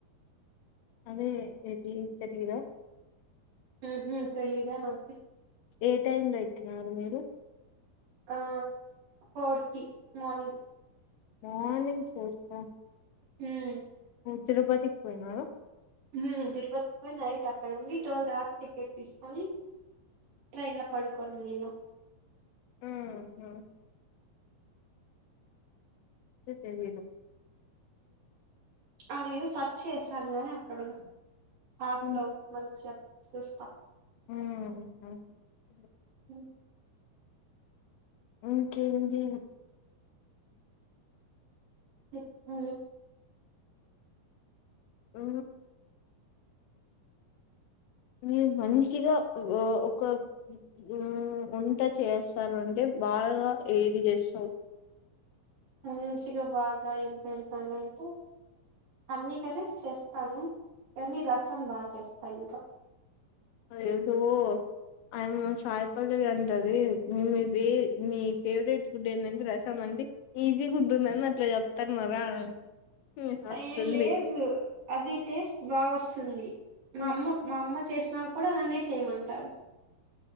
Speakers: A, on the left; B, on the right.
A: అదే ఏది తెలీదా
B: ఆహ్మ్మ్ తెలిదా నాకు
A: ఏ టైమ్ లో ఎక్కినారు మీరు
B: ఆ ఫోర్ కి మార్నింగ్
A: మార్నింగ్ ఫోర్కా
B: ఉమ్
A: తిరుపతికి పోయినార
B: ఉమ్ తిరుపతికి పోయి నైట్ అక్కడే ఉండి ట్వెల్ తర్వాత టికెట్ తీసుకొని ట్రైన్ లో పడుకొని నినం
A: ఆహా లే తెలిదు
B: అది ఏదో సర్చ్ చేశాను గాని అక్కడగా ఆప్లో
A: హ్మ్.
B: మంచి యాప్ చూస్తా
A: అహ
B: ఉమ్మ్
A: ఇంకేంది
B: చెప్పు
A: ఉ మీరు మంచిగా వో ఒక ఆ వంట చేస్తను అంటే బాగా ఏది చేస్తవు
B: మంచిగా బాగా ఏం పెడతానంటే అన్ని కర్రీస్ చేస్తాను కానీ రసం బా చేస్తా ఇంకా
A: అదేదో అయమ్మ సాయి పల్లవి అనింది టది మేబి మీ ఫేవరెట్ ఫుడ్ ఏందంటే రసం అంది ఈజీగా ఉంటుందని అట్లా చె తన్నరా అని అట్లుంది
B: అయ్యో లేదు అది టేస్ట్ బాగా వస్తుంది
A: హ్మ్.
B: మా అమ్మ మా అమ్మ చేసినా కూడా నన్నే చేయమంటారు